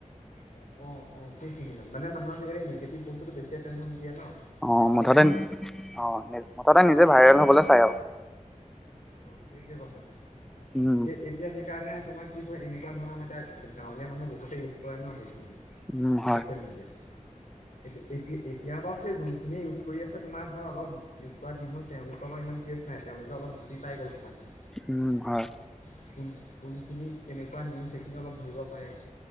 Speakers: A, on the left; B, in the centre.
A: অ', অ', অ' সেইখিনি মানে, মানে মানুহৰ নিগেটিভ বস্তুটো বেছি টেনশন দিয়ে ন'।
B: অ', মুঠতে,
A: পঞ্চাছ নাই
B: অ', নি, মুঠতে নিজে
A: হয়
B: ভাইৰেল হবলৈ চাই আৰু।
A: অ', সেইটোৱে কথাটো মানে,
B: উম,
A: সেই এতিয়া সেইকাৰণে তোমাৰ কি হয় এনেকুৱ ধৰণৰ আমাৰ এতিয়া গাঁৱলীয়া মানুহ বহুতে ইউজ কৰে ন' সেইখিনি।
B: উম, হয়,
A: চোচিয়েল মিডিয়া। এতি এতি এতিয়া বাউ সে যোনখিনিয়ে ইউজ কৰি আছে তোমাৰ ধৰা অলপ ইউজ কৰা দিন হ'ল তেওঁলোকৰ পৰা ইমান টষ্ট নাই তেওঁলোকে অলপ বুজি পাই গ'ল কথা খিনি।
B: উম হয়।
A: কোন কোনখিনি কেনেকুৱা নিউজ সেইখিনি অলপ ধৰিব পাৰে।